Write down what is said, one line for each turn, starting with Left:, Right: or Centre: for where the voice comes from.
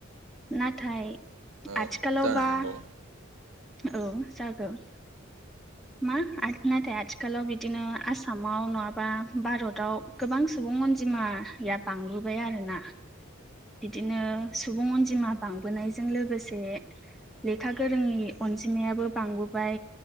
Centre: नाथाय
Right: औ
Centre: आथिखालावबा
Right: जानो हागौ
Centre: औ जागोन मा नाथाय आथिखालाव बिदिनो आसामाव नङाबा भारताव गोबां सुबुं अनजिमाया बांबोबाय आरोना। बिदिनो सुबुं अनजिमा बांबोनायजों लोगोसे लेखा गोरोंनि अनजिमायाबो बांबोबाय